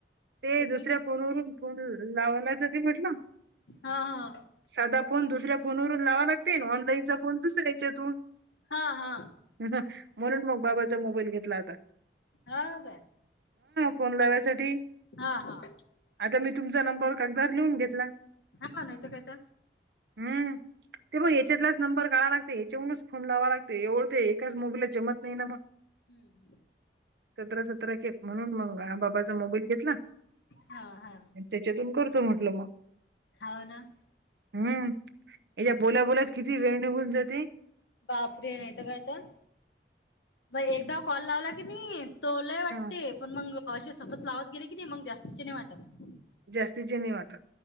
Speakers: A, on the right (about 70°); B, on the left (about 85°).
A: ते
B: टिकून
A: दुसऱ्या फोनवरून फोन लावण्यायचं ते म्हटलं
B: हा हा
A: साधा फोन दुसऱ्या फोनवरून लावा लागते ना ऑनलाईनचा फोन दुसऱ्याच्यातून.
B: हा हा.
A: म्हणून मग बाबाचा मोबाईल घेतला होता.
B: हो का
A: फोन लावायसाठी
B: हा हा.
A: आता मी तुमचा नंबर कागदार लिहून घेतला
B: हा नाहीत काय तर
A: हम्म. ते मग याच्यातलाच नंबर काढवा लागते याच्यावरूनच फोन लावा लागते एवढं ते एकाच मोबईलला जमत नाही ना मग.
B: हम्म.
A: सतरा सतरा खेप म्हणून मग ह बाबाचा मोबाईल घेतला
B: हा हा
A: त्याच्यातून करतो म्हटलं मग
B: हाव ना
A: हम्म याच्या बोलाबोलात किती वेळ निघून जाते.
B: बापरे नाहीेतरं कायतरं म एकदा कॉल लावला किनाही तोलाय वाटते
A: ह
B: पण मग असे सतत लावत गेले की नाही मग जास्तीचे नाही वाटत.
A: जास्तीचे नाही वाटतं.